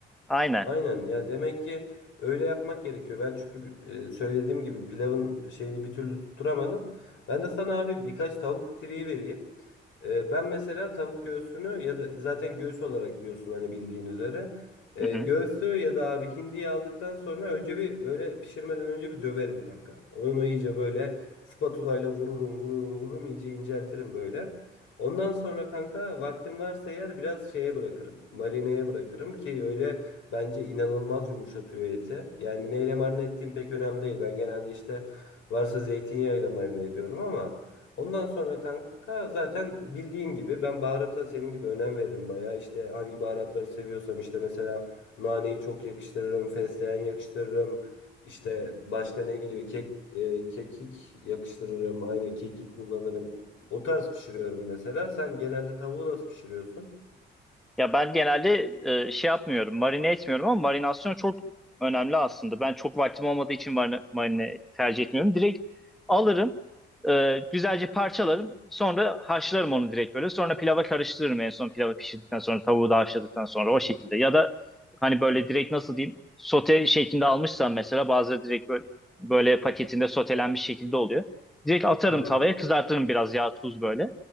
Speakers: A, in the centre; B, on the left.
A: Aynen.
B: Aynen ya demek ki öyle yapmak gerekiyor. Ben çünkü bir- e, söylediğim gibi pilavın şeyini bir türlü tutturamadım. Ben de sana abi birkaç tavuk tireyi vereyim. E, ben mesela tavuk göğsünü ya da zaten göğüs olarak yiyorsun hani bildiğin üzere. E,
A: Hı hı.
B: göğsü ya da abi hindiyi aldıktan sonra önce bir böyle pişirmeden önce bir döverim kanka. Onu iyice böyle spatulayla vururum vururum vururum iyice inceltirim böyle. Ondan sonra kanka vaktim varsa eğer biraz şeye bırakırım. Marineye bırakırım ki öyle Bence inanılmaz yumuşatıyor eti. Yani neyle marine ettiğim pek önemli değil. Ben genelde işte varsa zeytinyağıyla marine ediyorum ama ondan sonra kanka zaten bildiğin gibi ben baharata senin gibi önem veririm bayağı. İşte hangi baharatları seviyorsam işte mesela naneyi çok yakıştırırım, fesleğen yakıştırırım. İşte başka ne geliyor? Kek, e, kekik yakıştırırım. Aynen kekik kullanırım. O tarz pişiriyorum mesela. Sen genelde tavuğu nasıl pişiriyorsun?
A: Ya ben genelde e, şey yapmıyorum, marine etmiyorum ama marinasyon çok önemli aslında. Ben çok vaktim olmadığı için marine, marine tercih etmiyorum. Direkt alırım, e, güzelce parçalarım, sonra haşlarım onu direkt böyle. Sonra pilava karıştırırım en son pilavı pişirdikten sonra, tavuğu da haşladıktan sonra o şekilde. Ya da hani böyle direkt nasıl diyeyim, sote şeklinde almışsam mesela bazıları direkt böyle, böyle paketinde sotelenmiş şekilde oluyor. Direkt atarım
B: Hmm.
A: tavaya, kızartırım biraz yağ, tuz böyle.